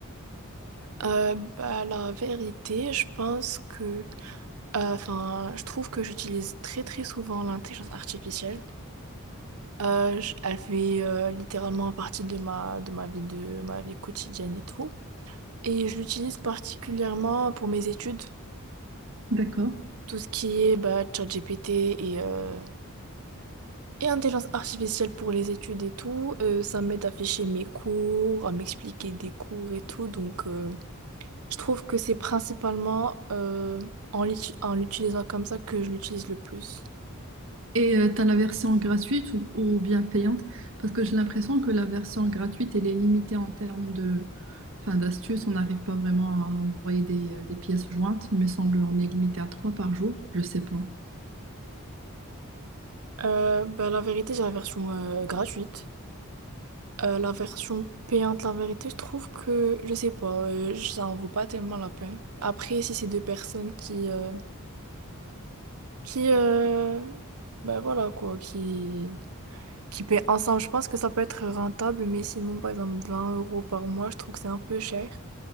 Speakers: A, on the right; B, on the right.
A: Euh, bah, la vérité, je pense que, euh, enfin, je trouve que j'utilise très très souvent l'intelligence artificielle. Euh, je- elle fait euh, littéralement partie de ma de ma vie de ma vie quotidienne et tout. Et je l'utilise particulièrement pour mes études,
B: D'accord.
A: tout ce qui est bah, ChatGPT et euh, et intelligence artificielle pour les études et tout. Euh, ça m'aide à ficher mes cours, à m'expliquer des cours et tout, donc. euh, Je trouve que c'est principalement euh, en l'ut- en l'utilisant comme ça que je l'utilise le plus.
B: Et euh, t'as la version gratuite ou, ou bien payante, parce que j'ai l'impression que la version gratuite, elle est limitée en termes de, enfin, d'astuces. On n'arrive pas vraiment à envoyer des, euh, des pièces jointes. Il me semble on est limité à trois par jour. Je sais pas.
A: Euh, bah, la vérité, j'ai la version euh, gratuite. Euh, la version payante, la vérité, je trouve que, je sais pas, euh, ça en vaut pas tellement la peine. Après, si c'est deux personnes qui, euh, qui, euh, bah, voilà quoi, qui, qui paient ensemble, je pense que ça peut être rentable, mais sinon, par exemple, 20 euros par mois, je trouve que c'est un peu cher.